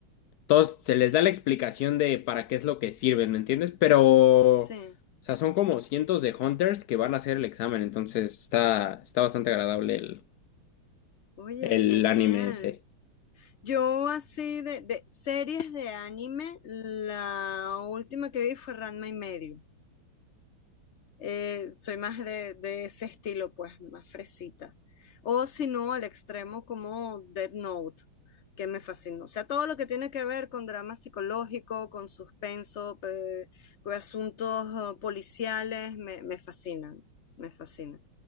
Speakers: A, on the left; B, on the left.
A: todos se les da la explicación de para qué es lo que sirven, ¿me entiendes? Pero,
B: sí.
A: o sea, son como cientos de hunters que van a hacer el examen, entonces está, está bastante agradable el,
B: Oye,
A: el
B: genial.
A: anime ese.
B: Yo así de, de series de anime, la última que vi fue Ranma y medio. eh, soy más de, de ese estilo, pues, más fresita. O si no, al extremo como Dead Note, que me fascinó. O sea, todo lo que tiene que ver con drama psicológico, con suspenso, pe- con asuntos eh, policiales, me, me fascinan, me fascinan.